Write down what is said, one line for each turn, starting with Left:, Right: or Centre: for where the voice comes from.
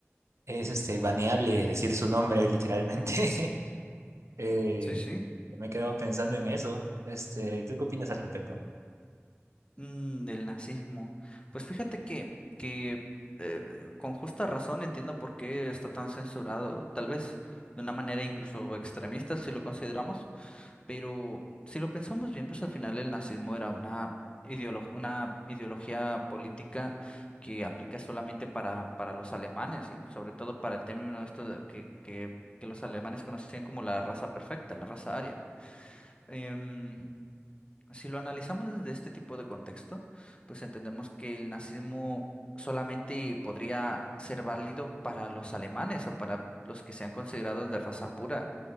Right: es este, baneable decir su nombre literalmente. <laughs> Eh,
Left: sí, sí.
Right: me he quedado pensando en eso. Este, ¿tú qué opinas al respecto?
Left: Mm, del nazismo. Pues fíjate que, que eh, con justa razón entiendo por qué está tan censurado, tal vez de una manera incluso extremista si lo consideramos. Pero si lo pensamos bien, pues al final el nazismo era una ideolo- una ideología política que aplica solamente para, para los alemanes y sobre todo para el término de esto de que, que, que los alemanes conocían como la raza perfecta, la raza aria. Em, si lo analizamos desde este tipo de contexto, pues entendemos que el nazismo solamente podría ser válido para los alemanes o para los que sean considerados de raza pura